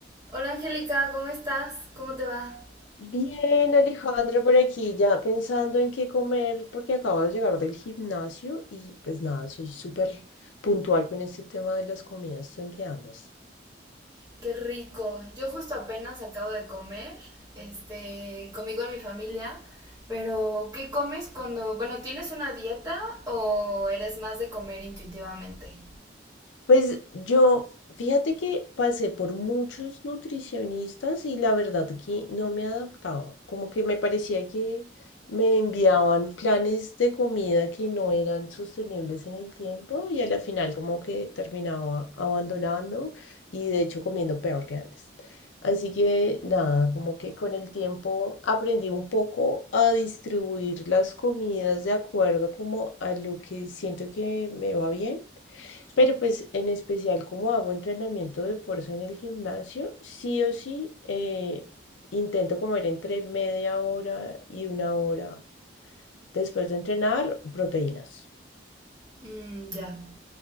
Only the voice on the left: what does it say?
Bien, Alejandra, por aquí ya pensando en qué comer, porque acabo de llegar del gimnasio y pues nada, soy súper puntual con este tema de las comidas. ¿Tú en qué andas?
Pues yo, fíjate que pasé por muchos nutricionistas y la verdad que no me adaptaba. Como que me parecía que me enviaban planes de comida que no eran sostenibles en el tiempo y a la final como que terminaba abandonando y de hecho comiendo peor que antes. Así que nada, como que con el tiempo aprendí un poco a distribuir las comidas de acuerdo como a lo que siento que me va bien pero pues en especial como hago entrenamiento de fuerza en el gimnasio, sí o sí eh, intento comer entre media hora y una hora después de entrenar proteínas.